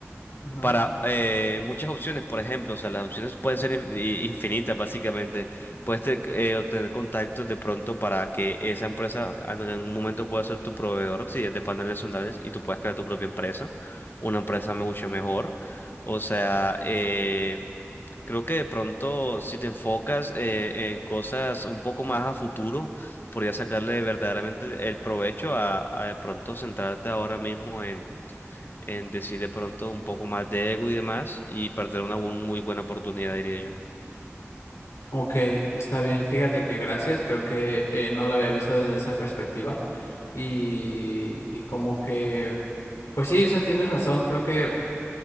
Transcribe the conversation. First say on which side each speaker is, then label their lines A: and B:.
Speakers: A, on the left; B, on the left.
A: ajá.
B: para eh, muchas opciones, por ejemplo, o sea, las opciones pueden ser in- i- infinitas, básicamente. Puedes te- eh, obtener contactos de pronto para que esa empresa en algún momento pueda ser tu proveedor, si es de paneles solares, y tú puedas crear tu propia empresa, una empresa mucho mejor. O sea, eh, creo que de pronto si te enfocas eh, en cosas un poco más a futuro, podrías sacarle verdaderamente el el provecho a, a de pronto centrarte ahora mismo en decir de pronto un poco más de ego y demás y perder una bu- muy buena oportunidad, diría yo.
A: Ok, está bien, fíjate que gracias, creo que eh, no lo había visto desde esa perspectiva y, y como que, pues sí, o sea, tienes razón, creo que